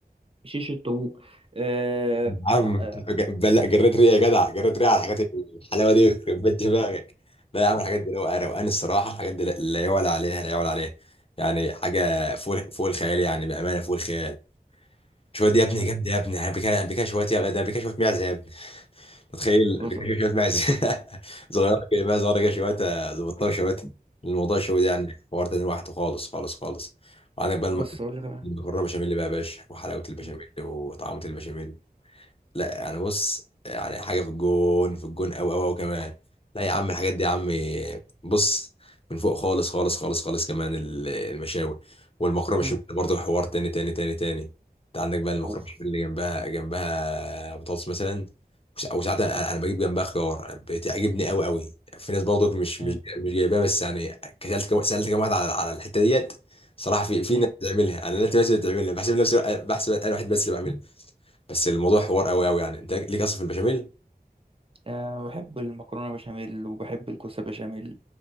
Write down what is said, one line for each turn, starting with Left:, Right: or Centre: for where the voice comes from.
Right: شيش الطاووق أه
Left: عم
Right: لا
Left: لا جريت ريا يا جدع جريت ريا على الحاجات الحلاوه دي يخرب بيت دماغك لا يا عم الحاجات دي روقان روقان الصراحه الحاجات دي لا لا يعلى عليها لا يعلى عليها يعني حاجه فوق فوق الخيال يعني بامانه فوق الخيال شويه دي يا ابني
Right: <laughs>
Left: جد يا ابني بكا بكا شويه يا ابني ده بكا شويه معزه يا ابني تخيل
Right: بس
Left: بكا شويه معزه <laughs> صغيره كده بقى صغيره كده شويه ظبطناها شويه الموضوع شويه ده يعني حوار تاني لوحده خالص خالص خالص وعندك بقى
Right: بص
Left: الم-
Right: اقول لك انا
Left: المكرونه بشاميل بقى يا باشا وحلاوه البشاميل
Right: مم.
Left: وطعمه البشاميل لا يعني بص يعني حاجه في الجون في الجون قوي قوي قوي كمان لا يا عم الحاجات دي يا عم بص من فوق خالص خالص خالص خالص كمان ال- المشاوي والمكرونه بشاميل
Right: مم.
Left: برضه حوار تاني تاني تاني تاني انت عندك بقى المكرونه
Right: اوف
Left: بشاميل اللي جنبها جنبها بطاطس مثلا وس- او ساعات انا أنا بجيب جنبها خيار بتعجبني قوي قوي في ناس برضه مش
Right: مم.
Left: مش مش جايباها بس يعني كسلت كم سالت كم واحد على على الحته ديت صراحه في في
Right: مم.
Left: ناس بتعملها انا ناس بس اللي بتعملها بحسب نفسي بحسب انا واحد بس اللي بعملها بس الموضوع حوار قوي قوي يعني انت ليك اصلا في البشاميل
Right: أه بحب المكرونه بشاميل وبحب الكوسه بشاميل